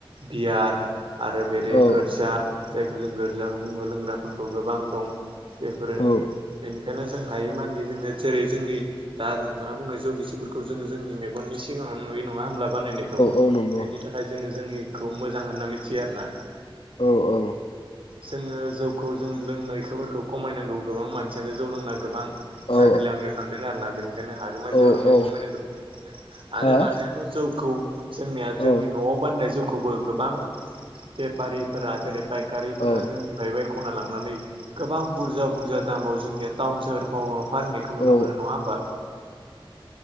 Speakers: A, on the right; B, on the left.
A: बियार आरो बेरै
B: औ
A: गोरजा जायखौ जों गोरजा बुङो लोंग्राफोरखौ गोबां दं बेफोरो
B: औ
A: बेनिखायनो जों हायो मानानि जोङो जेरै जोंनि दा नोंथाङा बुंनाय जौगिसिफोरखौ जोङो जोंनि मेगननि सिगाङाव नुयो नङा होनोमब्ला बानायनायखौ
B: औ नंगौ
A: बेनि थाखाय जोङो जोंनिखौ मोजां होनना मिथियो आरो ना
B: औ औ
A: जोङो जौखौ जों लोंनायफोरखौ खमायनांगौ गोबां मानसियानो जौ लोंना गोबां
B: औ
A: गाज्रि लामायाव थांदों आरोना बेनिखायनो हागौमानि
B: औ
A: जौ लोंनायखौ
B: औ
A: खमायनांगौ आरो
B: हा
A: दानियाथ' जौखौ जोंनिया
B: औ
A: जोंनि न'आव बानायनाय जौखौबो गोबां बेफारिफोरा जेरै फायखारिफोरा
B: औ
A: जोंनिफाय बाय- खना लांनानै गोबां बुरजा बुरजा दामाव जोंनिया टाउन सोहोरफाव फानैनायखौ नुनो
B: औ
A: मोनो नङा होमबा